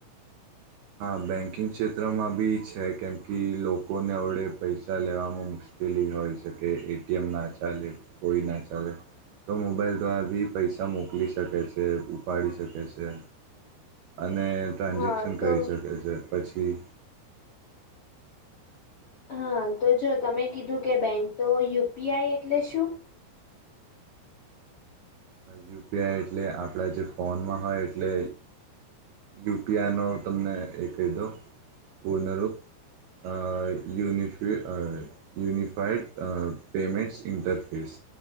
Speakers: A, on the right (about 80°); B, on the left (about 85°).
A: હા બેન્કિંગ ક્ષેત્રમાં બી છે કેમ કે લોકોને અવડે પૈસા લેવામાં મુશ્કેલ કેલી હોય છે કે એ ટી એમના ચાલે કોઈ ના ચાલે. તો મોબાઈલ દ્વારા ભી પૈસા મોકલી શકે છે ઉપાડી શકે છે. અને ટ્રાન્ઝેક્શન
B: હા
A: કરી
B: તો
A: શકે છે પછી
B: હા તો જો તમે કીધું કે બેંક તો યુ પી આઈ એટલે શું?
A: યુ પી આઈ એટલે આપણા જે ફોનમાં હોય એટલે યુ પી આઈનો તમને એ કહી દઉં પૂર્ણરૂપ. અ યુનિફિ અ યુનિફાઈડ પેમેન્ટ્ ઈન્ટરફેસ